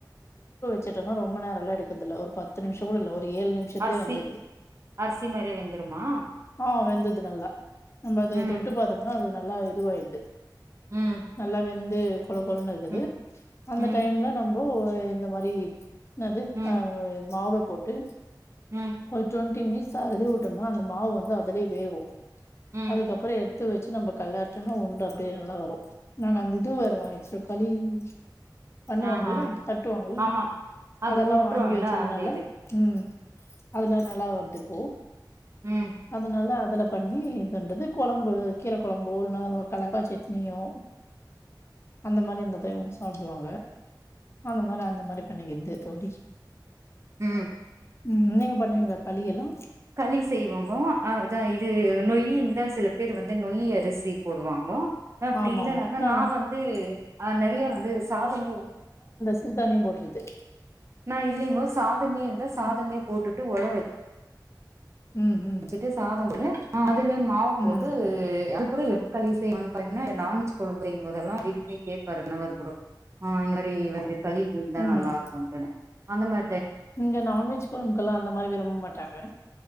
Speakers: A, on the left (about 35°); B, on the right (about 40°).
A: ச்சுட்டொன்னா ரொம்ப நேரல்லா எடுக்கதுல்ல ஒர் பத்து நிமிஷ கூட இல்ல ஒர் ஏழு நிமிஷத்லே
B: அரிசி
A: வெந்துர்து
B: அரிசி மாரியே வெந்துருமா
A: ஆ வெந்து ர்து நல்லா நம்ப அது
B: ம்
A: தொட்டு பாத்தம்னா அது நல்லா இதுவாயிர்து
B: ம்
A: நல்லா வெந் து கொழன் கொழன் இருக்குது
B: ம்
A: அந்த
B: ம்
A: டைம்ல நம் <unintelligible> இந்த மாரி னது
B: ம்
A: அ வ மாவ போட்டு
B: ம்
A: கொஞ்சொன் டெம்மிஸ் அதுலயே உட்டொன்னா அந்த மாவு வந்து அதுலயே வேகு
B: ம்
A: அதுக்கப்பறொ எ த்து வச்சு நம்ப கள்ளாட்டனா உண்ட <unintelligible> நல்லா வரு நாங்க அந்த இது வருவொ <unintelligible> கலி <inaudible> பண்ணுவாங்கல்ல
B: ஆஹா
A: தட்டுவாங்கல்ல
B: ஆமா அது
A: அதெல்லா
B: உட்ருல்ல
A: வாங்கி வச்சதுனால
B: அந்த இது
A: ம் அதுல நல்லா வர்திப்போ
B: ம்
A: அதுனால அ தல பண்ணி இதன்டது கொழம்பு கீர கொழம்போ இல்னா கல <unintelligible> சட் னியோ அந்த மாரி இந்தது சாப்டுவாங்க அந்த மாரி அந்த மாரி பண்ணிக்கித்து தோழி <inaudible>
B: ஆ
A: ம் <unintelligible> பண்ணுவீங்ளா களியெல்லா
B: களி செய்வங்கோ அ இதா இது நொய்யி அ சில பேர் வந்து நொய்யி அரிசி போடுவாங்கொ அப்டி
A: ஆமா
B: இல்லன்னாக்கா
A: ஆமா நானு
B: நா வந்து அ நெறைய வந்து சாதமு
A: சிறு தானியம் போட்றது
B: நா இல்லெங்கோ சாதமே இருந்தா சாதமே
A: ம்
B: போட்டு ட்டு ஒல வ
A: ம்
B: ச்சிட்டு சாதம் போயா அ துலே மாவு
A: ம்
B: போட்டு அர கூட எப்ப இது செய்வானு <unintelligible> நான்வெஜ் கொழம்பு செயும்போதல்லா விரும்பி கேப்பாரு கணவருகூட ஆ இந்த மாரி வந்து களி இருந்தா
A: ம் ம்.
B: நல்லாருக்கு அப்டினு அந்த மா
A: இங்க நான்வெஜ் கொழம்புக்கல்லா அந்த மாரி விரும்ப மாட்டாங்க